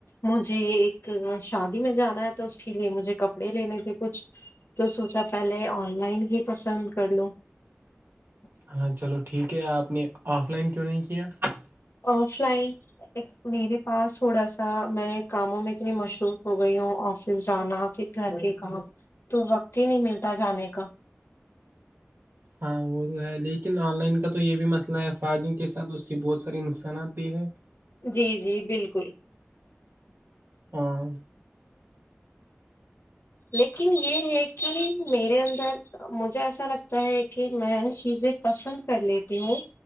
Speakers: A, on the left; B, on the right.
A: مجھے ایک شادی میں جانا ہے تو اس کے لیے مجھے کپڑے لینے تھے کچھ تو سوچا پہلے آن لائن ہی پسند کر لو <unintelligible>
B: ہاں چلو ٹھیک ہے آپ نے آف لائن کیوں نہیں کیا <unintelligible>
A: آف لائن ایک میرے پاس تھوڑا سا میں کاموں میں اتنی مشروف ہو گئی ہوں آفس جانا پھر گھر کے کام تو وقت ہی نہیں ملتا جانے کا <unintelligible>
B: ہاں وہ تو ہے لیکن آن لائن کا تو یہ بھی مسئلہ <unintelligible> ئے فائدوں کے ساتھ اس کی بہت <unintelligible> بت ساری نقصانات بھی ہے <unintelligible>
A: جی جی بالکل <unintelligible>
B: ہاں <unintelligible>
A: لیکن یہ ہے کہ میرے اندر مجھے ایسا لگتا ہے کہ میں چیزیں پسند کر لیتی ہوں